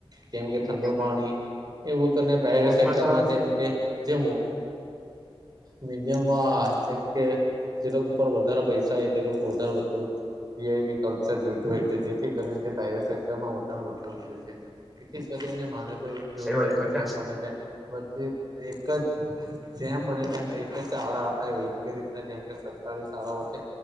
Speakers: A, on the right; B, in the centre.
A: જેમકે ઠંડુ
B: કરે? મમ્મી
A: પાણી એવું પ્રાઈવેટ
B: જ
A: સેક્ટરમાં
B: મસ્ત આવ્યો
A: જેમકે જે મીડિયમમાં જેમ કે જે લોકો ઉપર વધારે પૈસા તે લોકો વધારે પરતુ વીઆઈપી કલ્ચરલ જેથી કરીને તે પ્રઇવેટ સેક્ટરમાં વધાર પતું મૂકે છે. તેથી કરીને મારે તે કેવું
B: આવ્યો
A: છે કે જેમ મને ત્યાં બધી એક જ જેમ બને તેમ એક જ શાળા આપણેે યોગ્ય રીતના જેમ કે સરકારી શાળાઓ છે